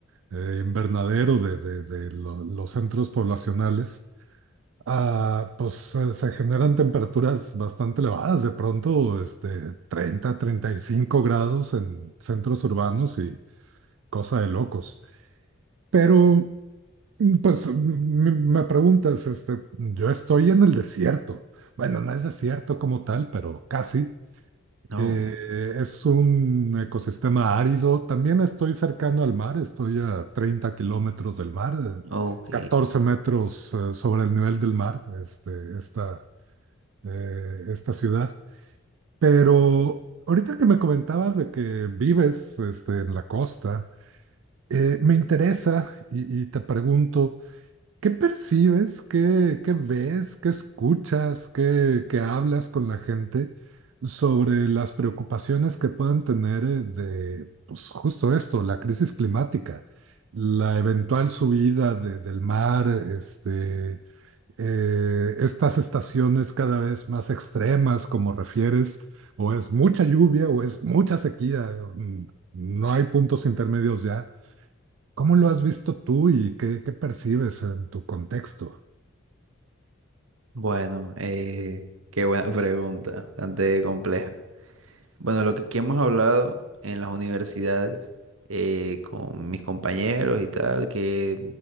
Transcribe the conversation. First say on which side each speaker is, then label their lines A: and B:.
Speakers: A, on the right; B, on the right.
A: eh, invernadero de, de- de lo- los centros poblacionales, ah, pues eh, se generan temperaturas bastante elevadas, de pronto este, treinta treinta y cinco grados en centros urbanos y cosa de locos. Pero, mm, pues mm, me, me preguntas, este, yo estoy en el desierto. Bueno, no es desierto como tal, pero casi.
B: No.
A: Eh, es un ecosistema árido. También estoy cercano al mar, estoy a 30 kilómetros del mar, eh,
B: Ok.
A: 14 metros eh, sobre el nivel del mar, este, esta, eh, esta ciudad. Pero ahorita que me comentabas de que vives este, en la costa, eh, me interesa y, y te pregunto, ¿Qué percibes? ¿Qué, qué ves? ¿Qué escuchas? ¿Qué, qué hablas con la gente sobre las preocupaciones que puedan tener eh, de, pues justo esto, la crisis climática, la eventual subida de- del mar, este, eh, estas estaciones cada vez más extremas, como refieres, o es mucha lluvia o es mucha sequía, mm, no hay puntos intermedios ya. ¿Cómo lo has visto tú y qué, qué percibes en tu contexto?
B: Bueno, eh, qué buena <laughs> pregunta, bastante compleja. Bueno, lo que aquí hemos hablado en las universidades, eh, con mis compañeros y tal, que